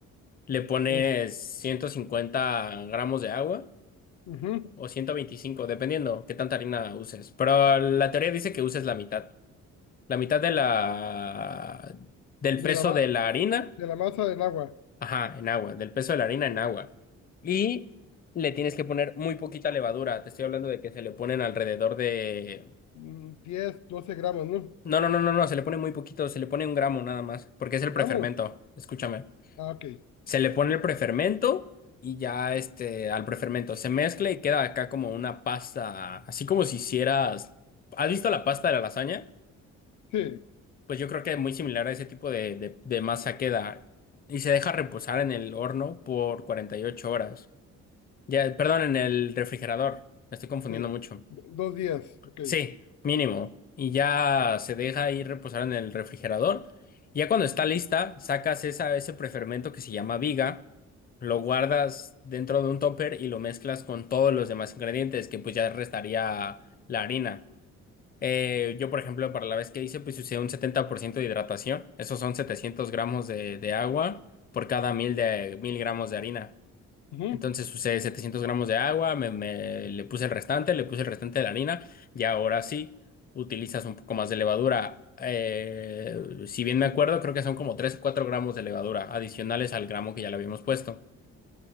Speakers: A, on the left (about 30°); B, on the left (about 70°).
A: Le pones
B: Tres.
A: 150 gramos de agua
B: Ujú.
A: o 125, dependiendo qué tanta harina uses. Pero la teoría dice que uses la mitad. La mitad de la del peso
B: De la, ma-
A: de la harina,
B: de la masa del agua.
A: ajá, en agua, del peso de la harina en agua. Y le tienes que poner muy poquita levadura. Te estoy hablando de que se le ponen alrededor de
B: mm, 10, 12 gramos, ¿no?
A: No, no, no, no, no, se le pone muy poquito, se le pone un gramo nada más, porque es el
B: ¿Gramo?
A: prefermento. Escúchame.
B: Ah, ok.
A: Se le pone el prefermento y ya este, al prefermento se mezcla y queda acá como una pasta, así como si hicieras... ¿Has visto la pasta de la lasaña?
B: Sí,
A: Pues yo creo que es muy similar a ese tipo de, de, de masa queda y se deja reposar en el horno por 48 horas. Ya, perdón, en el refrigerador. Me estoy confundiendo
B: sí.
A: mucho.
B: Do- Dos días, ok.
A: Sí, mínimo. Y ya se deja ahí reposar en el refrigerador. Y ya cuando está lista, sacas esa, ese prefermento que se llama viga, lo guardas dentro de un topper y lo mezclas con todos los demás ingredientes, que pues ya restaría la harina. Eh, yo, por ejemplo, para la vez que hice, pues usé un 70% de hidratación. Esos son 700 gramos de, de agua por cada mil, de, mil gramos de harina.
B: Ujú.
A: Entonces usé 700 gramos de agua, me, me- le puse el restante, le puse el restante de la harina y ahora sí utilizas un poco más de levadura. Eh, si bien me acuerdo, creo que son como 3, o 4 gramos de levadura adicionales al gramo que ya le habíamos puesto.